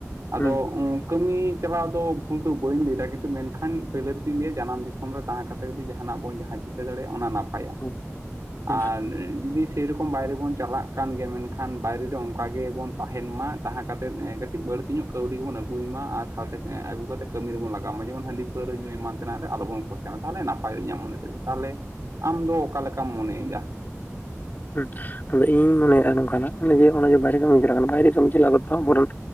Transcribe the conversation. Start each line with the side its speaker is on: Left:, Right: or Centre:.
Right: ᱟᱫᱚ
Left: ᱦᱩᱸ
Right: ᱩᱸ ᱠᱟᱹᱢᱤ ᱪᱟᱞᱟᱣ ᱫᱚ ᱵᱷᱩᱞ ᱫᱚ ᱵᱟᱹᱧ ᱞᱟᱹᱭ ᱫᱟ ᱠᱤᱱᱛᱩ ᱢᱮᱱᱠᱷᱟᱱ ᱯᱟᱹᱭᱞᱟᱹ ᱨᱮ ᱫᱩᱧ ᱞᱟᱹᱭᱟ ᱡᱟᱱᱟᱢ ᱫᱤᱥᱚᱢ ᱨᱮ ᱛᱟᱦᱮᱸ ᱠᱟᱛᱮ ᱡᱩᱫᱤ ᱡᱟᱦᱟᱱᱟᱜ ᱵᱚᱱ ᱡᱟᱦᱟᱸ ᱪᱤᱠᱟᱹ ᱫᱟᱲᱮᱭᱟᱜᱼᱟ ᱚᱱᱟ ᱱᱟ ᱯᱟᱭᱟ,
Left: ᱦᱩᱸ
Right: ᱟᱨ
Left: ᱦᱩᱸ
Right: ᱡᱩᱫᱤ ᱥᱮᱭᱨᱚᱠᱚᱢ ᱵᱟᱭᱨᱮ ᱵᱚᱱ ᱪᱟᱞᱟᱜ ᱠᱟᱱ ᱜᱮᱭᱟ ᱢᱮᱱᱠᱷᱟᱱ ᱵᱟᱭᱨᱮ ᱨᱮ ᱚᱱᱠᱟ ᱜᱮᱵᱚᱱ ᱛᱟᱦᱮᱱ ᱢᱟ ᱛᱟᱦᱮᱸ ᱠᱟᱛᱮᱫ ᱮᱸ ᱠᱟᱹᱴᱤᱡ ᱵᱟᱹᱲ ᱛᱤ ᱧᱚᱜ ᱠᱟᱹᱣᱰᱤ ᱜᱮᱵᱚᱱ ᱟᱹᱜᱩᱭ ᱢᱟ ᱟᱨ ᱥᱟᱶᱛᱮ ᱮᱸ ᱟᱹᱜᱩ ᱠᱟᱛᱮ ᱠᱟᱹᱢᱤ ᱨᱮᱵᱚᱱ ᱞᱟᱜ ᱜᱟᱣ ᱢᱟ ᱡᱮᱢᱚᱱ ᱦᱟᱺᱰᱤ ᱯᱟᱹᱣᱨᱟᱹ ᱧᱩ ᱮᱢᱟᱱ ᱛᱮᱱᱟᱜ ᱨᱮ ᱟᱞᱚᱵᱚᱱ ᱠᱷᱚᱨᱪᱟᱭ ᱢᱟ ᱛᱟᱦᱚᱞᱮ ᱱᱟᱯᱟᱭᱚᱜᱼᱟ ᱤᱧᱟᱹᱜ ᱢᱚᱱᱮ ᱛᱮᱫᱚ, ᱛᱟᱦᱚᱞᱮ ᱟᱢ ᱫᱚ ᱚᱠᱟ ᱞᱮᱠᱟᱢ ᱢᱚᱱᱮᱭᱮᱫᱟ?
Left: ᱦᱮᱸ ᱟᱫᱚ ᱤᱧᱤᱧ ᱢᱚᱱᱮᱭᱮᱼᱟ ᱱᱚᱝᱠᱟ ᱱᱟᱜ, ᱚᱱᱮ ᱡᱮ ᱚᱱᱮ ᱡᱮ ᱵᱟᱭᱨᱮ ᱠᱟᱹᱢᱤᱢ ᱪᱟᱞᱟᱜ ᱠᱟᱱᱟ ᱵᱟᱭᱨᱮ ᱠᱟᱹᱢᱤ ᱪᱟᱞᱟᱣ ᱠᱟᱛᱮ ᱦᱚᱸ ᱵᱚᱨᱚᱱ